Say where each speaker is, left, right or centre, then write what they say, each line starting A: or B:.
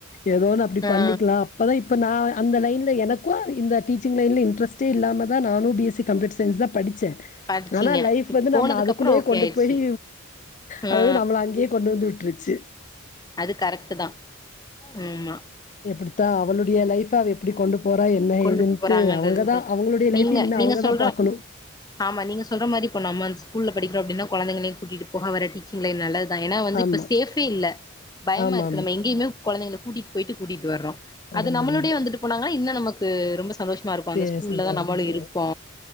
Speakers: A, on the left; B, on the left.
A: ஏதோ ஒன்னு அப்டி
B: ஆ
A: பண்ணிக்லா பதா இப்ப தா அந்த லைன்ல எனக்கு இந்த டீச்சிங் லைன்ல இன்டரஸ்ட்டே இல்லாம தா நானு பிஎஸ்சி கம்யூட்டர் சயின்ஸ் தா படிச்ச
B: படிச்சீங்க
A: ஆனா லைஃப் வந்து
B: போனதுக்கு
A: நம்ள அதுக்குள்யே
B: அப்றோ ஓகே
A: கொண்டு
B: ஆயிடுச்சு
A: போயி அது
B: ஆ
A: வந்து நம்ள அங்யே கொண்டு வந்து விட்ருச்சி
B: அது கரெக்ட்டு தா ஆமா
A: எப்டித்தா அவளுடைய லைஃப்ப அவ எப்டி கொண்டு போற என்ன
B: கொண்டுட்டு
A: ஏதுன்ட்டு
B: போறாங்கன்றதுதா
A: அவுங்கதா
B: இருக்கு
A: அவங்களுடைய
B: நீங்க
A: லைஃப்யு இனிமே
B: நீங்க
A: அவுங்கதா
B: சொல்ற
A: பாக்குணு
B: ஆமா நீங்க சொல்ற மாரி இப்ப நம்ம அந் ஸ்கூல்ல படிக்கிரோ அப்டின்னா கொழந்தைகளயு கூட்டிட் போக வர டீச்சி்ங் லைன் நல்லத் தா ஏன்னா வந்து
A: ஆமா
B: இப்ப சேஃபே இல்ல பயமா
A: ஆமாமா
B: இருக்கு நம்ம எங்கியிமே கொழந்தைங்ள கூட்டிட் போய்ட்டு கூட்டிட் வர்றோ
A: வர
B: அது நம்முளுடயே
A: முடியல
B: வந்துட் போனாங்னா இன்ன நமக்கு ரொம்ப சந்தோஷ்மா இருக்கு
A: சீரியஸ்
B: அந்த ஸ்கூல்லதா
A: இதா இருக்கு
B: நம்மளு இருப்போ